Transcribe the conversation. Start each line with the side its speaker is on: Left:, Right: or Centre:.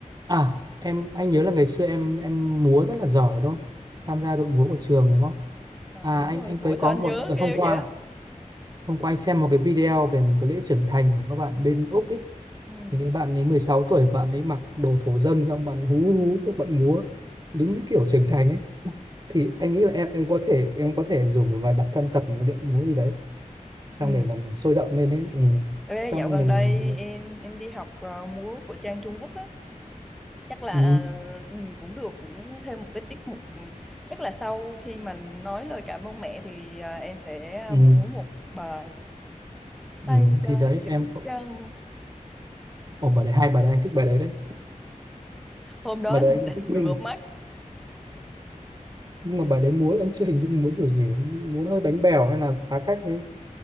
Right: à em anh nhớ là ngày xưa em em múa rất là giỏi đúng không tham gia đội múa của trường đúng không
Centre: Ờ
Right: à
Centre: đúng
Right: anh
Centre: rồi.
Right: anh
Centre: Ủa
Right: ấy
Centre: sao
Right: có
Centre: anh
Right: một
Centre: nhớ
Right: đợt
Centre: ghê
Right: hôm qua
Centre: quá vậy?
Right: hôm qua anh xem một cái video về một cái lễ trưởng thành của các bạn bên Úc ấy
Centre: Ừ.
Right: thì cái bạn ấy mười sáu tuổi bạn ấy mặc đồ thổ dân xong bạn hú hú các bạn múa đúng cái kiểu trưởng thành ấy thì anh nghĩ là em em có thể em có thể rủ một vài bạn thân tập một điệu múa gì đấy xong
Centre: Ừ.
Right: để làm sôi động lên ấy ừ.
Centre: Ê,
Right: xong
Centre: dạo gần
Right: mình
Centre: đây em em đi học ờ, múa của Trang Trung Quốc á chắc là
Right: ừ.
Centre: ờ, ừ, cũng được cũng thêm một cái tiết mục ừ, chắc là sau khi mà nói lời cảm ơn mẹ thì ờ, em sẽ
Right: Ừ.
Centre: ờ, múa một bài
Right: Ừ.
Centre: tay trái
Right: thì đấy
Centre: chỉ
Right: em cũng
Centre: trăng
Right: ồ bà đấy hay bà đấy anh thích bài đấy đấy
Centre: hôm đó
Right: bà
Centre: anh
Right: đấy anh cũng
Centre: sẽ
Right: thích
Centre: được
Right: nhưng
Centre: rửa mắt
Right: nhưng mà bài đấy múa anh chưa hình dung múa kiểu gì múa hơi bánh bèo hay là phá cách đấy